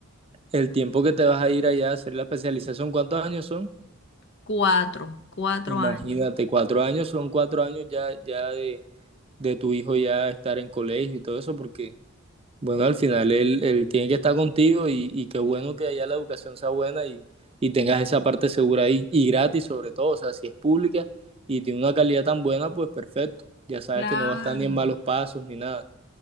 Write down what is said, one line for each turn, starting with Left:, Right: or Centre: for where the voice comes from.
Right: el tiempo que te vas a ir allá a hacer la especialización, ¿cuántos años son?
Left: Cuatro, cuatro
Right: Imagínate,
Left: años.
Right: cuatro años son cuatro años ya, ya de, de tu hijo ya estar en colegio y todo eso, porque, bueno, al final él, él tiene que estar contigo y, y qué bueno que allá la educación sea buena y, y tengas esa parte segura ahí y gratis sobre todo, o sea, si es pública y tiene una calidad tan buena, pues perfecto. Ya sabes
Left: Claro.
Right: que no va a estar ni en malos pasos ni nada.